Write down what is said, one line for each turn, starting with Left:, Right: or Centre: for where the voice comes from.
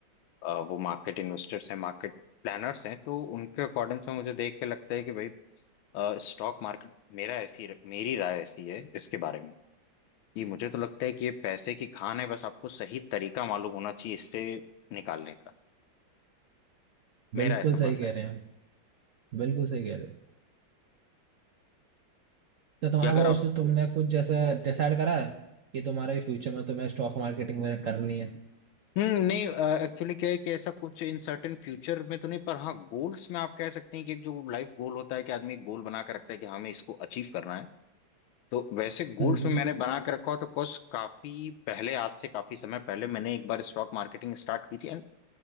Left: अ, वो मार्केट इन्वेस्टर्स हैं मार्केट प्लानर्स हैं तो उनके अकॉर्डिंग से मुझे देख के लगता है कि भाई स्टॉक मार्केट मेरा ऐसी मेरी राय ऐसी है इसके बारे में ये मुझे तो लगता है कि ये पैसे की खान है बस आपको सही तरीका मालूम होना चाहिए इससे निकालने का मेरा
Right: बिल्कुल
Left: ऐसा
Right: सही
Left: मानना
Right: कह
Left: है
Right: रहे हैं आप, बिल्कुल सही कह रहे हो तो तुम्हारा
Left: कि अगर
Right: कुछ
Left: आप
Right: तुमने कुछ जैसा डिसाइड करा है कि तुम्हारे फ्यूचर में तुम्हें स्टॉक मार्केटिंग वगैरह करनी है
Left: हम्म नहीं एक्चुअली क्या है कि ऐसा कुछ इन सर्टेन फ्यूचर में तो नहीं पर हाँ गोल्स में आप कह सकते हैं कि एक जो लाइफ गोल होता है कि आदमी गोल बना के रखता है कि हाँ, हमें इसको अचीव करना है तो वैसे गोल्स
Right: हम्म हम्म
Left: में मैंने बना के रखा हो तो कुछ काफी पहले आज से काफी समय पहले मैंने एक बार स्टॉक मार्केटिंग स्टार्ट की थी